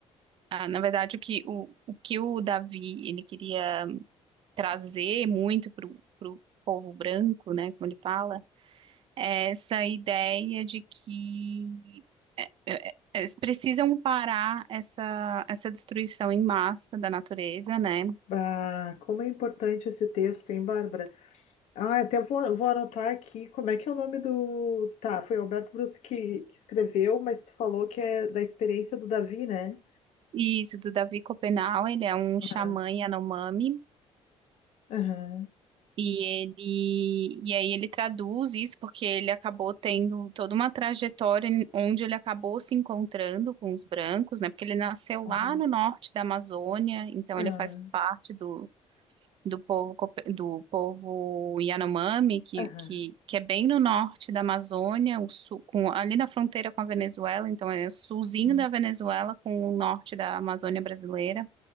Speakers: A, on the right (about 50°); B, on the left (about 75°).
A: ah, na verdade, o que o, o que o Davi ele queria trazer muito para o povo branco, né, como ele fala, é essa ideia de que é, é, eles precisam parar essa, essa destruição em massa da natureza, né?
B: Bah, como é importante esse texto, hein, Bárbara? Ah, até vou, vou anotar aqui como é que é o nome do. Tá, foi o Alberto Bruschi que, que escreveu, mas tu falou que é da experiência do Davi, né?
A: E isso do Davi Copenau, ele é um xamã
B: ah
A: Yanomami.
B: aham,
A: E ele, e aí ele traduz isso porque ele acabou tendo toda uma trajetória em- onde ele acabou se encontrando com os brancos, né? Porque ele nasceu
B: aham,
A: lá no norte da Amazônia, então
B: aham,
A: ele faz parte do, do povo, cope- do povo Yanomami, que,
B: aham.
A: que, que é bem no norte da Amazônia, o sul, com, ali na fronteira com a Venezuela, então é o sulzinho
B: aham.
A: da Venezuela com o norte da Amazônia brasileira.